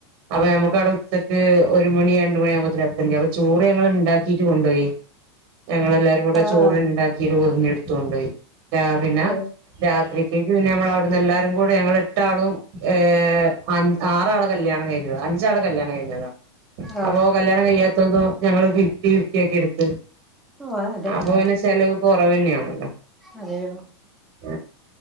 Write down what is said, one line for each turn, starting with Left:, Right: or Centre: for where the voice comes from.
Right: അപ്പൊ നമ്മുക്ക് ഔടെ ഉച്ചക്ക് ഒരു മണി രണ്ട് മണിയാകുമ്പോത്തിനു എത്തെണ്ട്യ. അപ്പൊ ചോറ് ഞങ്ങൾ ഇണ്ടാക്കീട്ട് കൊണ്ടോയി. ഞങ്ങളെല്ലാരും കൂടെ
Centre: ആ ആ
Right: ചോറ് ഉണ്ടാക്കിയിട്ട് പൊതിഞ്ഞ് ഇടുത്തോണ്ട് പോയി രാവിലെ
Centre: ഓ
Right: രാത്രിക്കേക്ക് പിന്നെ ഞമ്മൾ അവിടുന്ന് എല്ലാരും കൂടി ഞങ്ങള് എട്ടാളും. ഏഹ് ആറ് ആളെ കല്ല്യാണം കഴിഞ്ഞത് അഞ്ച്ആള് കല്യാണം കഴിഞ്ഞതാ.
Centre: ആ
Right: അപ്പൊ കല്ല്യാണം കഴിയാത്തൊണ്ടും ഞങ്ങള് ഫിഫ്റ്റി ഫിഫ്റ്റി ആക്കി എടുത്ത്.
Centre: ആഹ് അതെ
Right: അപ്പൊ
Centre: ടാ
Right: പിന്നെ ചെലവ് കൊറവെന്നെയാണലൊ
Centre: അതെ
Right: <unintelligible>